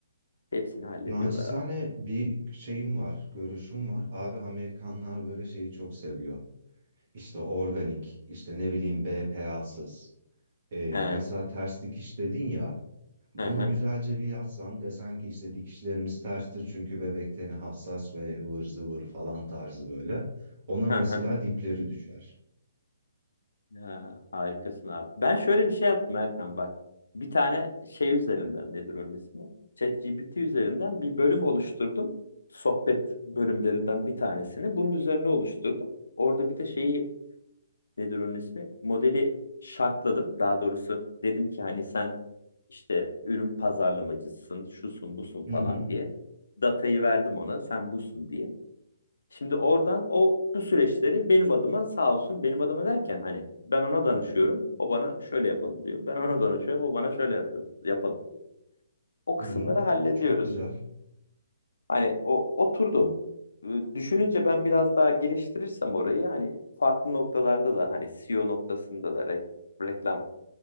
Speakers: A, on the left (about 90°); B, on the right (about 50°).
A: hepsini hallediyorlar
B: Nacizane
A: abi.
B: bir şeyim var, görüşüm var. Abi Amerikanlar böyle şeyi çok seviyor. İşte organik, işte ne bileyim BPA'sız. Ee,
A: He.
B: mesela ters dikiş dedin ya. Bunu
A: Hı hı.
B: güzelce bir yazsan desen ki işte dikişlerimiz terstir çünkü bebek teni hassas ve ıvır zıvır falan tarzı böyle. Ona
A: Hı
B: mesela
A: hı.
B: dipleri düşer.
A: Ha, harikasın abi. Ben şöyle bir şey yaptım Erkan bak. Bir tane şey üzerinden nedir onun ismi? ChatGPT üzerinden bir bölüm oluşturdum. Sohbet bölümlerinden bir tanesini. Bunun üzerine oluşturdum. Orada bir de şeyi nedir onun ismi? Modeli şartladım. Daha doğrusu dedim ki hani sen işte ürün pazarlamacısın, şusun, busun falan
B: Hı hı.
A: diye. Datayı verdim ona sen busun diye. Şimdi oradan o bu süreçleri benim adıma sağ olsun benim adıma derken hani ben ona danışıyorum. O bana şöyle yapalım diyor. Ben ona danışıyorum. O bana şöyle yapıyor, yapalım diyor. O kısımları
B: Hı hı.
A: hallediyoruz.
B: Çok güzel.
A: Hani o oturdu. Ee, Düşününce ben biraz daha geliştirirsem orayı hani farklı noktalarda da hani SEO noktasında da re- reklam